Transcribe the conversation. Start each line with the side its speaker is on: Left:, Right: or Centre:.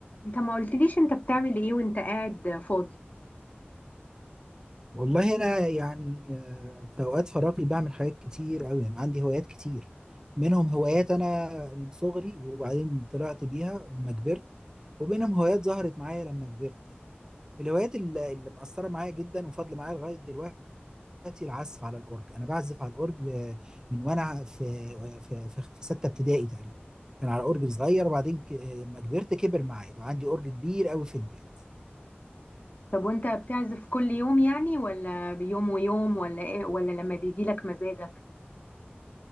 Left: انت ما قلتليش انت بتعمل ايه وانت قاعد فاضي
Right: والله انا يعني آه، في اوقات فراغي بعمل حاجات كتير قوي انا عندي هوايات كتير منهم هوايات انا من صغري وبعدين طلعت بيها لما كبرت وبينهم هوايات ظهرت معايا لما كبرت يعني من الهوايات اللي, اللي مأثرة معايا جدا وفاضلة معايا لغاية دلوقتي العزف على الأورج أنا بعزف على الأورج آه، من وأنا في آه، في في, في ستة ابتدائي تقريبا كان على أورج صغير وبعدين ك- آه، لما كبرت كبر معايا بقى عندي أورج كبير قوي في البيت
Left: طب وانت بتعزف كل يوم يعني ولا بيوم ويوم ولا ايه ولا لما بيجي لك مزاجك